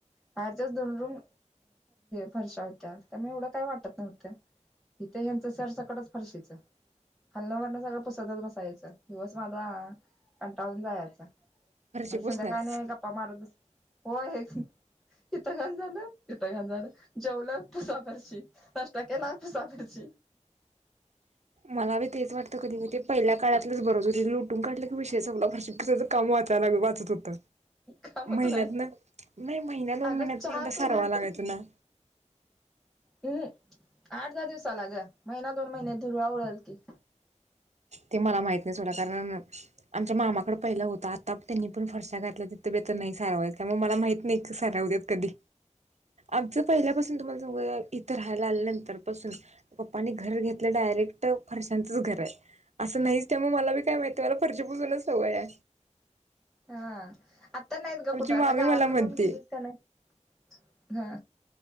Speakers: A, in the centre; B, on the right (about 65°).
A: बाहेरच्याच दोन रूम फरशा होत्या त्या म एवढं काय वाटत नव्हतं इथ ह्यांचं सर सकळच फरशीच हलणं वरणं सगळं पुसतच बसायचं दिवस माझा कंटाळून जायच आणि
B: फरशी पुसण्यातच
A: संध्याकाळ नाही गप्पा मारतस हो आहे की इिथं खान झालं तिथं घाान झालं जेवलं पुूसा फरशी नाष्टता केला सापडच
B: मला बी तेच वाटतं कधी क ते पहिल्या काळातलंच बरच हो लुटून काढलं की विषय सग काम वाचायला वाचत होत
A: कामच
B: महिन्यातन
A: नाही
B: नाही महिन्यात दोन
A: अगं
B: महिन्यात
A: चहा
B: एकदा
A: पिलं
B: सारवा लागाय तु ना
A: हम्म आठ दहा दिवसाला ग महिना दोन महिने धुरवा उडेल की
B: ते मला माहत नाहीच होड कारण आमच्या मामाकड पहिलं होत आता त्यांनी पण फर्श घातला तिथं बे तर नाही सारावाय त्यामुळे मला माहित नाही सारावतत कधी आमचं पहिल्यापासून तुम्हाला सांगू इथं राहायला आल्यानंतर तर पासून पप्पानी घर घेतलं डायरेक्ट फरशांचंच घर आहे असं नाहीच त्यामुळे मला बी काय माहिित मला फर्जीपूजूनच सव या
A: हा आता नाहीत ग कुठं
B: मामी
A: आता गावाकडे
B: मला म्हणते
A: पण गेलीस का नाही हा